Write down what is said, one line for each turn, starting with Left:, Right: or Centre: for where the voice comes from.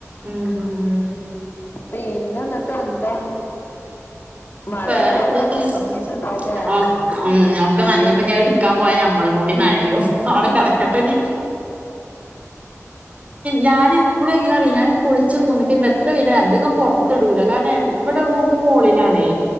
Right: ഉം
Left: പിന്നെ എന്നിട്ട് എന്താണ് മഴ
Right: വേറെ
Left: പെയ്തതൊക്കെ
Right: എന്തൊക്കെയാ
Left: നനഞ്ഞിട്ടുണ്ടാവൂലേ
Right: അ ഒക്കെ നനഞ്ഞപ്പോ ഞാൻ എടു ടുക്കാൻ പോയാ ഞമ്മളും കൂടി നനയും അവിടെ കെടക്കട്ടെനി ഞാന് എപ്പളും എങ്ങനാറിയോ ഞാൻ കുളിച്ച് റൂമിലേക്കിടണ എത്രംവെയിലാണെങ്കി അധികം പുറത്തിടൂല കാരണം ഇവിടെ റൂമ് മോളിലാണെ